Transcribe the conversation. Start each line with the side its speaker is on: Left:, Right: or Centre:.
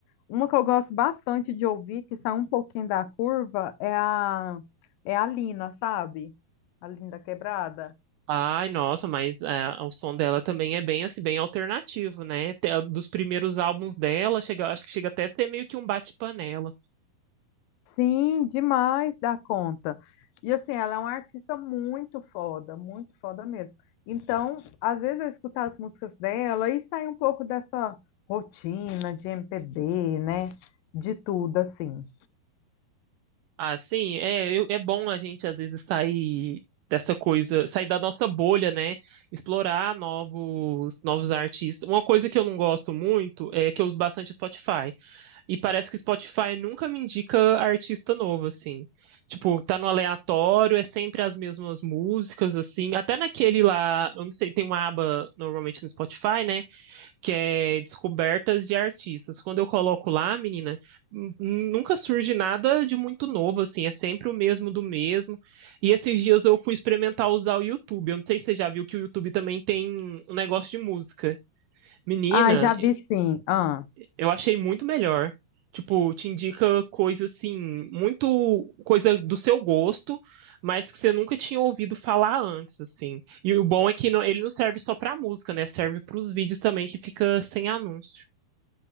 Left: Uma que eu gosto bastante de ouvir, que sai um pouquinho da curva, é a, é a Lina, sabe? A Linda Quebrada.
Right: Ai, nossa, mas ah, o som dela também é bem assim, bem alternativo, né? Te- Dos primeiros álbuns dela, chega, acho que chega até a ser meio que um bate-panela.
Left: Sim, demais da conta. E assim, ela é uma artista muito foda, muito foda mesmo. Então, às vezes eu escuto as músicas dela e sai um pouco dessa rotina de MPB, né? De tudo, assim.
Right: Ah, sim, é, eu- é bom a gente às vezes sair dessa coisa, sair da nossa bolha, né? Explorar novos, novos artistas. Uma coisa que eu não gosto muito é que eu uso bastante Spotify. E parece que o Spotify nunca me indica artista novo, assim. Tipo, tá no aleatório, é sempre as mesmas músicas, assim. Até naquele lá, eu não sei, tem uma aba normalmente no Spotify, né? que é descobertas de artistas. Quando eu coloco lá, menina, n- nunca surge nada de muito novo, assim, é sempre o mesmo do mesmo. E esses dias eu fui experimentar usar o YouTube. Eu não sei se você já viu que o YouTube também tem um negócio de música. Menina,
Left: Ah, já vi sim. Ah,
Right: eu achei muito melhor. Tipo, te indica coisa assim, muito coisa do seu gosto, mas que você nunca tinha ouvido falar antes, assim. E o bom é que não- ele não serve só pra música, né? Serve pros vídeos também que fica sem anúncio.